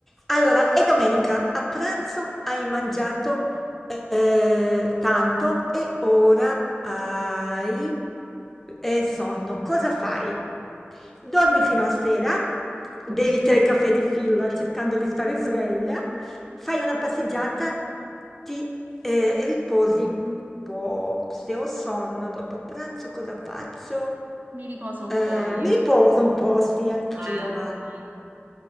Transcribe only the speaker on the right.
Mi riposo un
po' io.
Eh,
dai,